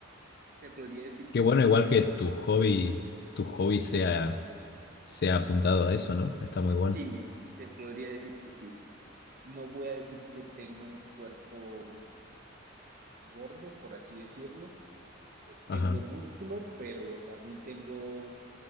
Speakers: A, on the right (about 45°); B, on the left (about 50°).
A: Se podría decir
B: Qué
A: que
B: bueno,
A: sí tengo,
B: igual que tu hobby, tu hobby sea, sea apuntado a eso, ¿no? Está muy bueno.
A: sí, se podría decir que sí. No voy a decir que tengo un cuerpo gordo, por así decirlo.
B: Ajá,
A: Tengo músculo, pero también tengo